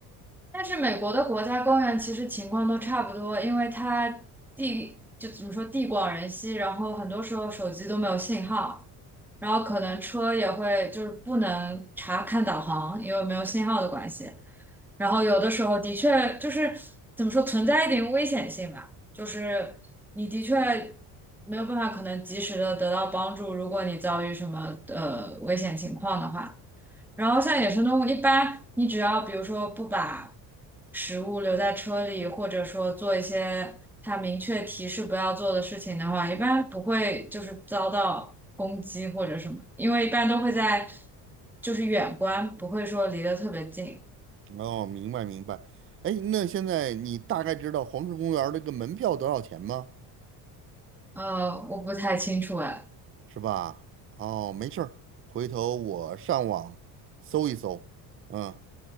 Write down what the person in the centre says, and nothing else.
但是美国的国家公园其实情况都差不多，因为它地就怎么说地广人稀，然后很多时候手机都没有信号，然后可能车也会就是不能查看导航，因为没有信号的关系。然后有的时候的确就是怎么说存在一点危险性吧，就是你的确没有办法可能及时的得到帮助，如果你遭遇什么呃危险情况的话。然后像野生动物，一般你只要比如说不把食物留在车里，或者说做一些它明确提示不要做的事情的话，一般不会就是遭到攻击或者什么，因为一般都会在就是远观，不会说离得特别近。
呃，我不太清楚哎。